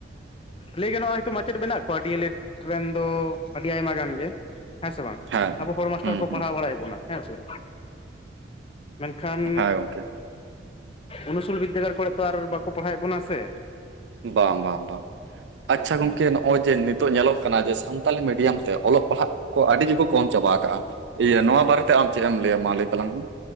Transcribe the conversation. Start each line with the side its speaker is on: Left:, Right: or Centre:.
Left: ᱞᱟᱹᱭ ᱜᱟᱱᱚᱜᱼᱟ ᱱᱤᱛᱳ ᱢᱟᱪᱮᱫ ᱢᱮᱱᱟᱜ ᱠᱚᱣᱟ ᱰᱤᱭᱮᱞᱮᱰ ᱨᱮᱱ ᱫᱚ ᱟᱹᱰᱤ ᱟᱭᱢᱟ ᱜᱟᱱ ᱜᱮ ᱦᱮᱸ ᱥᱮ ᱵᱟᱝ
Right: ᱦᱮᱸ
Left: ᱟᱵᱚ ᱦᱚᱲ ᱢᱟᱥᱴᱟᱨ
Right: ᱦᱩᱸ
Left: ᱠᱚ
Right: ᱦᱩᱸ
Left: ᱯᱟᱲᱦᱟᱣ ᱵᱟᱲᱟᱭᱜ ᱵᱚᱱᱟ ᱦᱮᱸ ᱥᱮ ᱢᱮᱱᱠᱷᱟᱱ
Right: ᱦᱮᱸ ᱜᱚᱝᱠᱮ
Left: ᱩᱱᱩᱥᱩᱞ ᱵᱤᱫ ᱫᱟᱹᱜᱟᱲ ᱠᱚᱨᱮ ᱛᱚ ᱟᱨ ᱵᱟᱠᱚ ᱯᱟᱲᱦᱟᱣᱮᱫ ᱵᱚᱱᱟ ᱥᱮ
Right: ᱵᱟᱝ ᱵᱟᱝ ᱵᱟᱝ ᱟᱪᱪᱷᱟ
Left: ᱮᱠᱫᱚᱢ
Right: ᱜᱚᱝᱠᱮ ᱱᱚᱜᱼᱚᱭ ᱡᱮ ᱱᱤᱛᱚᱜ ᱧᱮᱞᱚᱜ ᱠᱟᱱᱟ ᱡᱮ ᱥᱟᱱᱛᱟᱞᱤ ᱢᱤᱰᱤᱭᱟᱢ ᱛᱮ ᱚᱞᱚᱜ ᱯᱟᱲᱦᱟᱸᱜ ᱟᱹᱰᱤ ᱜᱮᱠᱚ ᱠᱚᱢ ᱪᱟᱵᱟ ᱟᱠᱟᱜᱼᱟ ᱤᱭᱟᱹ ᱱᱚᱣᱟ ᱵᱟᱨᱮᱛᱮ ᱟᱢ ᱪᱮᱫ ᱮᱢ ᱞᱟᱹᱭᱟᱢᱟ ᱞᱟᱹᱭ ᱛᱟᱞᱟᱝ ᱢᱮ